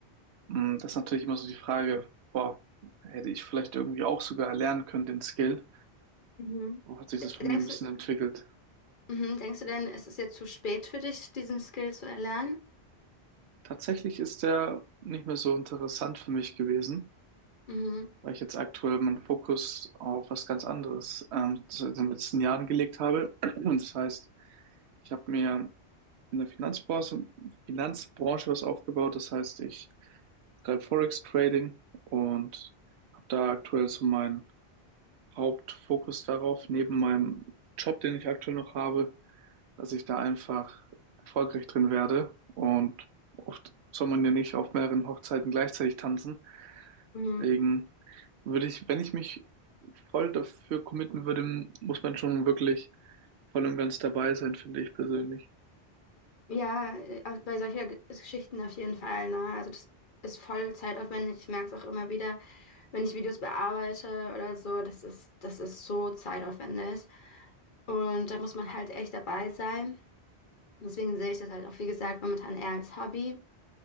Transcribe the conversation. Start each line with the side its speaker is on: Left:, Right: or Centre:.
Right: Mm, Das ist natürlich immer so die Frage, boah, hätte ich vielleicht irgendwie auch sogar erlernen können, den Skill?
Left: Mhm.
Right: Wo hat sich das bei
Left: Denkst
Right: mir ein bisschen
Left: du,
Right: entwickelt?
Left: mhm. Denkst du denn, es ist jetzt zu spät für dich, diesen Skill zu erlernen?
Right: Tatsächlich ist der nicht mehr so interessant für mich gewesen,
Left: Mhm.
Right: weil ich jetzt aktuell meinen Fokus auf was ganz anderes ähm, in den letzten Jahren gelegt habe. <clears throat> Und das heißt, ich habe mir in der Finanzbranche, Finanzbranche was aufgebaut. Das heißt, ich treibe Forex Trading und habe da aktuell so mein Hauptfokus darauf, neben meinem Job, den ich aktuell noch habe, dass ich da einfach erfolgreich drin werde. Und oft soll man ja nicht auf mehreren Hochzeiten gleichzeitig tanzen.
Left: Mhm.
Right: Deswegen würde ich, wenn ich mich voll dafür committen würde, muss man schon wirklich voll und ganz dabei sein, finde ich persönlich.
Left: Ja, äh, auch bei solcher G- Geschichten auf jeden Fall. Ne? Also das ist voll zeitaufwendig. Ich merke es auch immer wieder. wenn ich Videos bearbeite oder so, das ist, das ist so zeitaufwendig. Und da muss man halt echt dabei sein. Deswegen sehe ich das halt auch, wie gesagt, momentan eher als Hobby